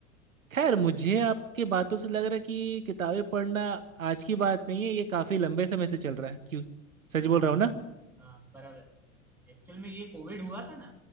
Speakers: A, on the right; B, in the centre.
A: खैर मुझे आपके बातों से लग रहा है कि किताबें पढ़ना आज की बात नहीं है ये काफ़ी लंबे समय से चल रहा है क्यों सच
B: हाँ
A: बोल रहा हूँ ना
B: हाँ बराबर है बराबर। एक्चुअल में ये कोविड हुआ था ना